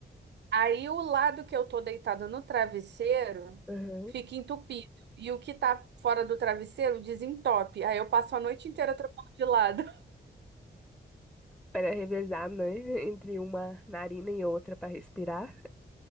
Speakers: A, on the right (about 75°); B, in the centre.
A: Aí o lado que eu tô deitada no travesseiro
B: aham.
A: fica entupido. E o que tá fora do travesseiro desentope. Aí eu passo a noite inteira trocando de lado.
B: Para revezar, né? <laughs> Entre uma narina e outra para respirar.